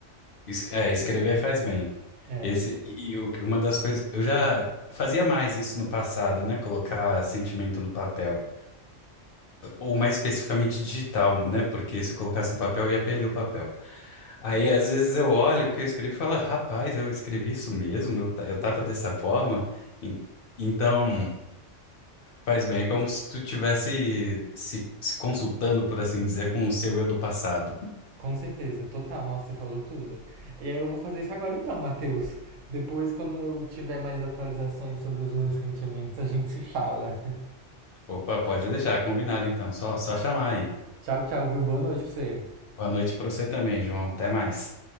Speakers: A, on the left (about 60°); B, on the right (about 85°).
A: Es- é, escrever faz bem.
B: É.
A: Esse, e o- uma das coisas, eu já fazia mais isso no passado, né? Colocar sentimento no papel. Ou mais especificamente digital, né? Porque se eu colocasse no papel, ia perder o papel. Aí, às vezes, eu olho o que eu escrevi e falo, rapaz, eu escrevi isso mesmo, eu, ta- eu tava dessa forma. En- Então, faz bem, é como se tu tivesse se, se consultando, por assim dizer, com o seu eu do passado.
B: Com certeza, total. Nossa, você falou tudo. E aí eu vou fazer isso agora então, Matheus. Depois, quando eu tiver mais atualizações sobre os meus sentimentos, a gente se fala.
A: Opa, pode deixar, combinado então, só, só chamar aí.
B: <laughs> Tchau, tchau, viu? Boa noite pra você.
A: Boa noite pra você também, João. Até mais.